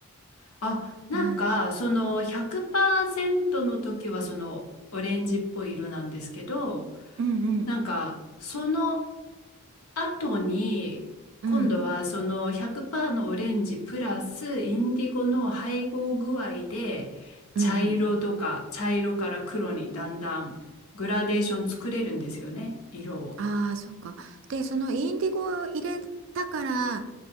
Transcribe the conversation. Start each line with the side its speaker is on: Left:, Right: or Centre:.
Left: あ、なんか、
Right: なん、
Left: その100%の時はそのオレンジっぽい色なんですけど、
Right: うんうん、
Left: なんか、その、後に、
Right: うん、
Left: 今度はその100%のオレンジプラスインディゴの配合具合で、
Right: うんうん。
Left: 茶色とか茶色から黒にだんだんグラデーション作れるんですよね、色を。
Right: ああ、そうか。で、そのインディゴを入れたから、